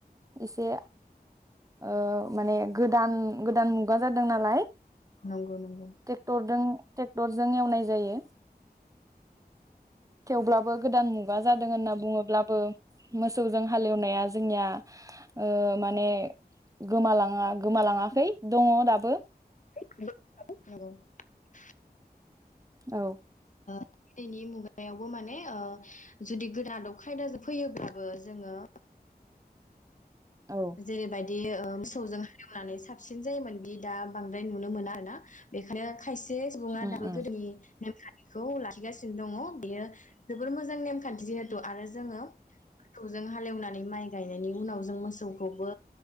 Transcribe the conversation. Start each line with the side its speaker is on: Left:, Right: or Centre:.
Right: एसे ओ माने गोदान गोदान मुगा जादों नालाय
Left: नंगौ नंगौ
Right: ट्रेक्टरजों ट्रेक्टरजों एवनाय जायो थेवब्लाबो गोदान मुगा जादों होनना बुङोब्लाबो मोसौजों हालेवनाया जोंनिया ओ माने गोमालाङा गोमालाङाखै दङ दाबो
Left: औ
Right: औ
Left: गोदनि मुगायावबो माने ओ जुदि गोदान खायदा फैयोब्लाबो जोङो
Right: औ
Left: जेरैबायदि बिदि मोसौजों हालेवनानै साबसिन जायोमोनदि दा बांद्राय नुनो मोना आरो ना बेखायनो खायसे सुबुङा
Right: उम
Left: दाबो
Right: उम
Left: गोदोनि नेमखान्थि बेखौ लाखिगासिनो दङ बेयो जोबोर मोजां नेमखान्थि आरो जोङो जों हालेवनानै माइ गायनायनि उनाव जों मोसौखौबो